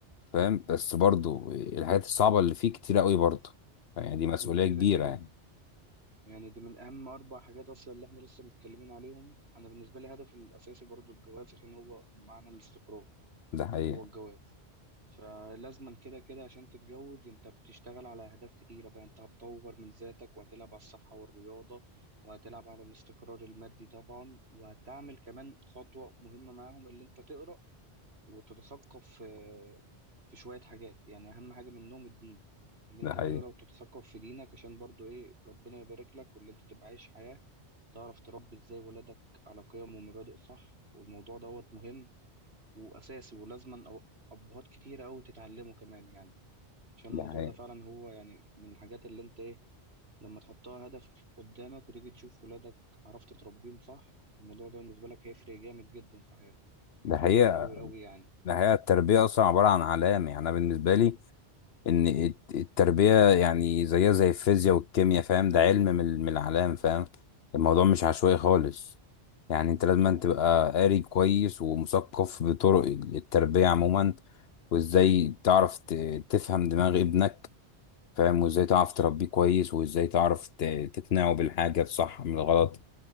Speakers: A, on the left; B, on the right.
A: فاهم بس برضو الحاجات الصعبة اللي فيه كتير قوي برضو يعني دي مسؤولية
B: أنت كده
A: كبيرة
B: كده
A: يعني
B: يعني دي من أهم أربع حاجات أصلا اللي إحنا لسه متكلمين عليهم أنا بالنسبة لي الهدف الأساسي برضو الجواز عشان هو معنى الاستقرار
A: ده حقيقة
B: هو الجواز فلازما كده كده عشان تتجوز أنت بتشتغل على أهداف كتيرة بقى أنت هتطور من ذاتك وهتلعب على الصحة والرياضة وهتلعب على الاستقرار المادي طبعا وهتعمل كمان خطوة مهمة معاهم اللي أنت تقرأ وتتثقف في في شوية حاجات يعني أهم حاجة منهم الدين اللي
A: ده
B: أنت
A: حقيقة
B: تقرأ وتتثقف في دينك عشان برضو إيه ربنا يبارك لك واللي أنت تبقى عايش حياة تعرف تربي إزاي ولادك على قيم ومبادئ صح والموضوع دوت مهم وأساسي ولازما أو- أبهات كتيرة أوي تتعلمه كمان يعني عشان
A: ده
B: الموضوع
A: حقيقة
B: ده فعلا هو يعني من الحاجات اللي أنت إيه لما تحطها هدف قدامك وتيجي تشوف ولادك عرفت تربيهم صح الموضوع ده بالنسبة لك هيفرق جامد جدا في حياتك
A: ده
B: هيفرق
A: حقيقة
B: جامد أوي أوي يعني
A: ده حقيقة التربية أصلا عبارة عن علام يعني أنا بالنسبة لي ان الت- التربية يعني زيها زي الفيزياء والكيمياء فاهم ده علم من من الأعلام فاهم الموضوع مش عشوائي خالص يعني انت
B: لا
A: لازم
B: طبعا
A: أن تبقى قاري كويس ومثقف بطرق التربية عموما وازاي تعرف ت- تفهم دماغ ابنك فاهم وازاي تعرف تربيه كويس وازاي تعرف ت- تقنعه بالحاجة الصح من الغلط